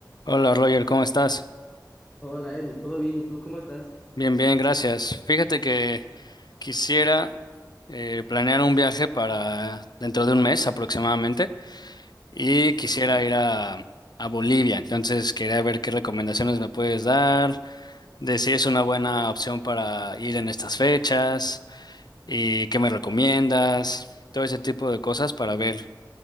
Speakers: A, on the left (about 65°); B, on the left (about 15°).
A: Hola Roger, ¿cómo estás?
B: Hola Edu, ¿todo bien? ¿Y tú cómo estás?
A: Bien, bien, gracias. Fíjate que quisiera eh, planear un viaje para dentro de un mes aproximadamente y quisiera
B: Ujú,
A: ir a, a Bolivia. Entonces quería ver qué recomendaciones me puedes dar, de si es una buena opción para ir en estas fechas y qué me recomiendas, todo ese tipo de cosas para ver